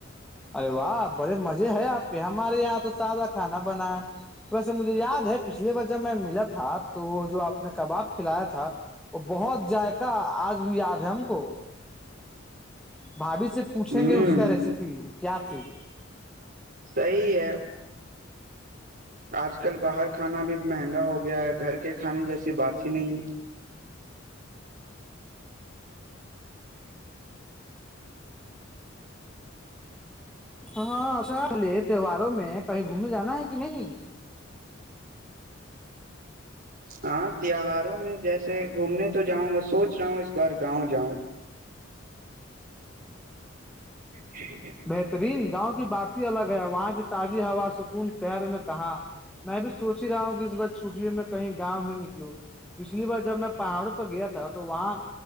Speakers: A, in the centre; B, on the right (about 50°).
A: ارے واہ بڑے مزے ہے آپ کے ہمارے یہاں تو سادہ کھانا بنا ہے ویسے مجھے یاد ہے پچھلی بار جب میں ملا تھا تو وہ جو آپ نے کباب کھلایا تھا وہ بہت جائقہ آج بھی یاد ہے ہم کو بھاابھی سے پوچھیں
B: ہیں ہوں
A: گے اس کا ریسیپی کیا تھی
B: صی ہے آج کل باہر کھانا بھی مہنگا ہو گیا ہے گھر کے کھانے جیسی بات ہی نہیں
A: ہاں اچھا پلے تہواروں میں کہیں گھومنے جانا ہے کہ نہیں
B: ہاں تیواروں میں جیسے گھومنے تو جاؤں گا سوچ رہا ہوں اس بار گاؤں جاؤں اھ
A: بہترین گاؤں کی بات ہی الگ ہے وہاں کی تازی ہوا سکون شہر میں کہاں میں بھی سوچ ہی رہا ہوں کہ اس بار چھٹی میں کہیں گاؤں ہی نکلوں پچھلی بار جب میں پہاڑوں پہ گیا تھا تو وہاں